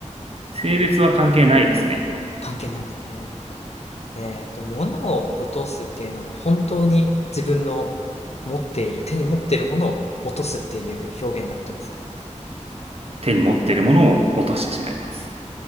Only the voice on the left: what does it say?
関係ないです。なるほど、なるほど。えっと、物を落とすっていうのは、本当に自分の持っている、手に持っているものを落とすっていう表現であってますか